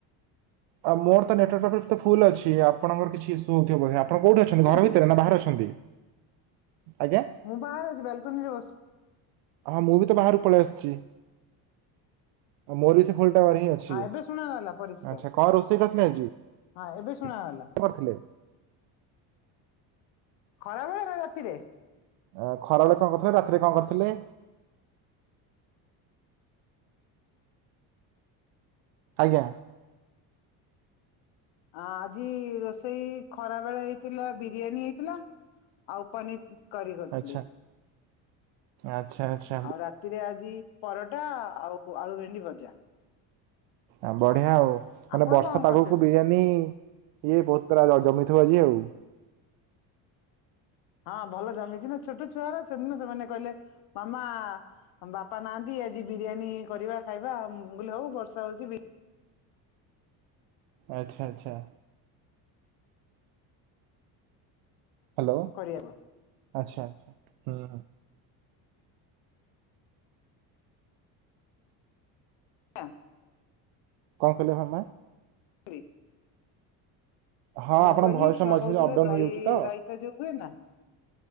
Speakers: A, on the right; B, on the left.
A: ଆ ମୋର ତ ନେଟୱାକ୍ <unintelligible> ଫୁଲ୍ ଅଛି ଆପଣଙ୍କର କିଛି ଇସୁ ହଉଥିବ ବୋଧେ ଆ ପଣ କୋଉଠି ଅଛନ୍ତି
B: ବୁଝଛନ୍ତି।
A: ଘର ଭିତରେ ନା ବାହାରେ ଅଛନ୍ତି? ଆଜ୍ଞା।
B: ମୁଁ ବାହାରେ ଅଛି ବାଲକନିରେ ବସ୍
A: ହଁ ମୁଁ ବି ତ ବାହାରୁ ପଳେଇ ଆସିଚି ଆଉ ମୋର ବି ସେ ଫୋଲଟା ରେଁ ଛି
B: ହଁ ଏବେ ଶୁଣାଗଲା ପରିଷ୍କାର
A: ଆଚ୍ଛା କଁ ରୋଷେଇ କରିଥିଲେ ଆଜି?
B: ହଁ ଏବେ ଶୁଣାଗଲା।
A: <unintelligible> ଥିଲେ
B: ଖରାବେଳେ ନା ରାତିରେ?
A: ଆ ଖରାବେଳେ କଁ କରିଥିଲେ, ରାତିରେ କଁ କରିଥିଲେ? ଆଜ୍ଞା।
B: ଆ ଆଜି ରୋଷେଇ ଖରାବେଳେ ଏଇଥିଲା ବିରିୟାନୀ ଏଇଥିଲା ଆଉ ପନି କରି କରଥିଲି।
A: ଆଚ୍ଛା। ଆଚ୍ଛା ଆଚ୍ଛ
B: ଆଉ ରାତିରେ ଆଜି ପରଟା ଆଉ ପୋ ଆଳୁ ଭେଣ୍ଡି ଭଜା।
A: ଆଁ ବଢିଆ ଆଉ ମାନେ
B: ଆପଣ
A: ବର୍ଷା
B: କଣ
A: ତାଗକୁ
B: କରିଛନ୍ତି?
A: ବିରିୟାନୀ ଇଏ ବହୁତ୍ ତରା ଜ ଜମେଇଥିବ ଆଜି ଆଉ।
B: ହଁ ଭଲ ଜମିଚି ନା ଛୋଟ ଛୁଆରା ସେଦିନ୍ ସେମାନେ କହିଲେ ମାମା ବାପା ନାହାନ୍ତି ଆଜି ବିରିୟାନୀ କରିବା ଖାଇବା ଉୁଁ ମୁଁ କଇଲି ହଉ ବର୍ଷା ହଉଚି ବି
A: ଆଚ୍ଛା ଆଚ୍ଛା। ହାଲୋ
B: କରିବାକୁ।
A: ଆଚ୍ଛା ଆଚ୍ଛା ହୁଁ ହୁଁ।
B: <unintelligible>
A: କଁ କଇଲେ ଭାମା?
B: <unintelligible>
A: ହଁ
B: ମୁଁ
A: ଆପଣଙ୍କ
B: କହିଲି
A: ଭଏସ
B: ଛୁଆ
A: ଟା ମଝି
B: କହୁଥିଲେ
A: ମଝି ଅପଡାଉନ
B: ଦଇ
A: ହେଇଯାଉଛି ତ
B: ରାଇତା ଯୋଉ ହୁଏ ନା